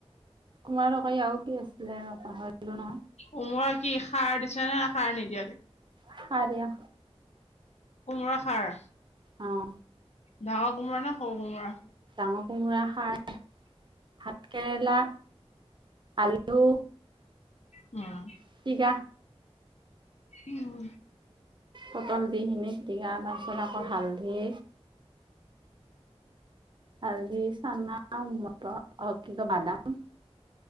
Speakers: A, on the right; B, on the left.
A: কুমাৰা তৰকাৰী আৰু কি আছিলে পাহৰিলো নহয়।
B: উমোৰ কি সাৰ দিছে নে সাৰ নিদিয়াকে
A: খাৰ দিয়া।
B: কোমৰা সাৰ।
A: অহ।
B: ডাঙৰ কোমোৰা নে সৰু কোমোৰা?
A: হাঁহ কোমোৰা খাই ভাত কেৰেলা। আলু।
B: উম।
A: পিটিকা
B: উম।
A: পটল দিখিনি পিটিকা তাৰপিছত আকৌ হালধি হালদি চানা মটৰ অ', কি কয় বাদাম